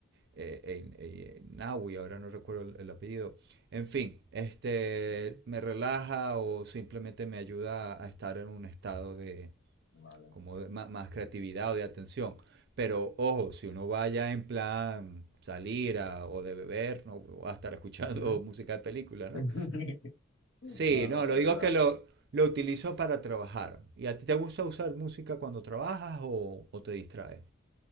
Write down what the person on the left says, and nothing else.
ujú.
Vale.
Ujú.
<laughs>
No, no,
obvio
no.